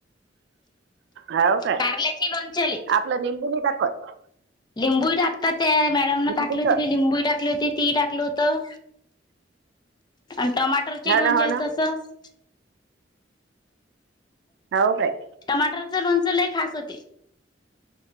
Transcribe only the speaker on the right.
हाव काय
आपलं निंबुनी टाकत.
निंबूच
हा
ना हो ना
हो काय.